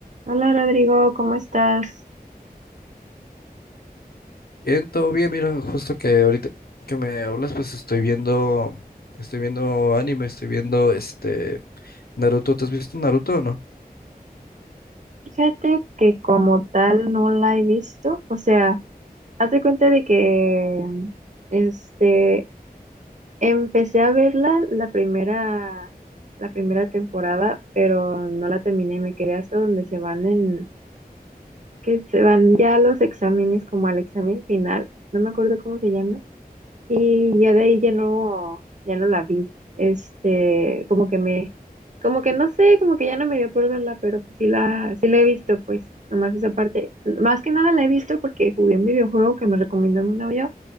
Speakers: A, on the right (about 50°); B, on the left (about 75°).
A: Hola Rodrigo, ¿cómo estás?
B: Bien, todo bien, mira, justo que ahorita que me hablas, pues estoy viendo, estoy viendo anime, estoy viendo este Naruto. ¿Te has visto Naruto o no?
A: Fíjate que como tal no la he visto, o sea, haz de cuenta de que mm, este empecé a verla la primera la primera temporada, pero no la terminé, me quedé hasta donde se van en que se van ya los exámenes como al examen final, no me acuerdo cómo se llama. Y ya de ahí ya no, ya no la vi. Este, como que me, como que no sé, como que ya no me dio por verla, pero pues sí la, sí la he visto, pues, nomás esa parte. Más que nada la he visto porque jugué un videojuego que me recomendó mi novio,